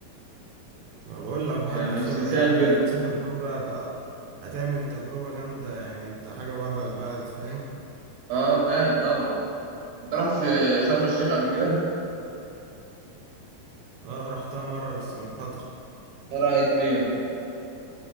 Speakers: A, on the right; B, on the right.
A: ما بقول لك وحتى
B: آه مش
A: خبرة
B: تسافر
A: يعني تسافر بره هت- هتعمل تجربة جامدة يعني انت حاجة بره البلد فاهم
B: اه فاهم طبعا انت رحت شرم الشيخ قبل كده
A: اه رحتها مرة بس من فترة
B: ايه رأيك فيها؟